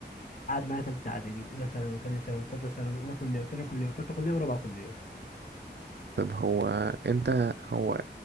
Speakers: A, on the left; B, on the right.
A: قعد معايا تالتة إعدادي وأولى ثانوي وتانية ثانوي وتالتة ثانوي وأولى كلية وتانية كلية وتالتة كلية ورابعة كلية
B: طب هو انت هو